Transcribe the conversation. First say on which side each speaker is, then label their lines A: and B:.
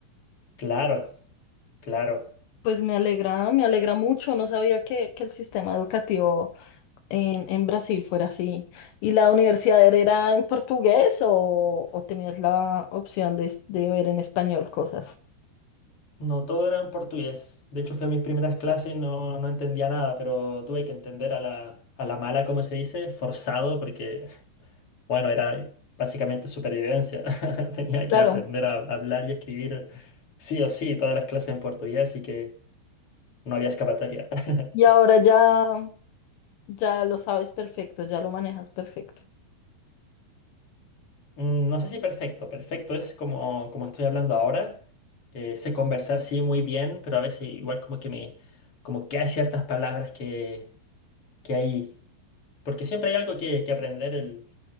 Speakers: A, on the left; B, on the left.
A: Claro, claro.
B: Pues me alegra, me alegra mucho. No sabía que, que el sistema educativo en, en Brasil fuera así. ¿Y la universidad era en portugués o, o tenías la opción de, de ver en español cosas?
A: No, todo era en portugués. De hecho, fui a mis primeras clases y no, no entendía nada, pero tuve que entender a la, a la mala, como se dice, forzado, porque, bueno, era básicamente supervivencia. <laughs> Tenía que
B: Claro.
A: aprender a hablar y escribir sí o sí todas las clases en portugués, así que no había escapatoria.
B: Y
A: <laughs>
B: ahora ya, ya lo sabes perfecto, ya lo manejas perfecto.
A: Mm, No sé si perfecto. Perfecto es como, como estoy hablando ahora. Eh, sé conversar, sí, muy bien, pero a veces igual como que me... como que hay ciertas palabras que, que hay. Porque siempre hay algo que, que aprender. El,